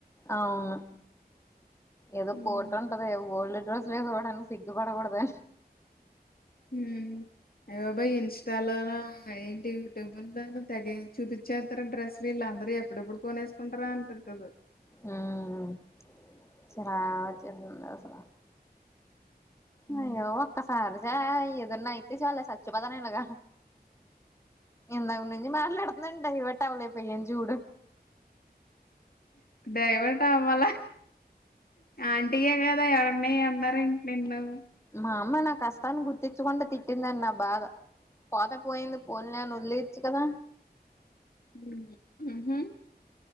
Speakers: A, on the left; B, on the left.
A: అవును ఏదో
B: ఉమ్.
A: కోట ఉంటది ఓల్డ్ డ్రెస్ వేసుకోవడానికి సిగ్గుపడకూడదు
B: హ్మ్ అయి బాబోయ్ ఇన్స్టలోనా టబుల్ తెగ చూపించే తరు డ్రస్లు వీళ్ళ అందరుూ ఎప్పుడెప్పుడు కొనేస్కుంటారా అనిపింటది
A: హ్మ్మ్ చాల వచ్చేసింది అసల
B: అవును.
A: అయ్యో అక్క <unintelligible> ఏదన్నా అయితే సాలు చచ్చి పోతేనెనిగ ఇందక్నుంచి మాట్లాడుతున్నాను డైవర్ట్ అవ్వలేకపోయాను జూడు
B: డైవర్ట్ అవ్వల ఆంటీ ఏ గద మే అన్నార ఏంటి నిన్ను
A: మా అమ్మ నా కష్టాన్ని గుర్తించకుండ తిట్టిందని నా బాధ పోత పోయింది పోనిలే అని ఒదిలేయచు కదా
B: హ్మ్మ్